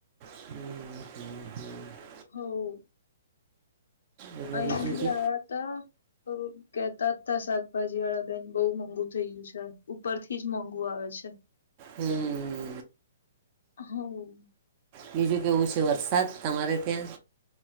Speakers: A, on the right (about 25°); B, on the left (about 70°).
A: હમમ હમમ હમમ હમમ.
B: હા
A: એટલે
B: અયા
A: બીજું
B: ભી
A: કે
B: આયા તા કેતા હતા શાકભાજી વાળા બેન બઉ મોંઘુ થઈ ગયું છે ઉપર થી જ મોંઘુ આવે છે. <unintelligible>
A: હમમ.
B: હા.
A: બીજું કેવું છે વરસાદ તમારે ત્યાં?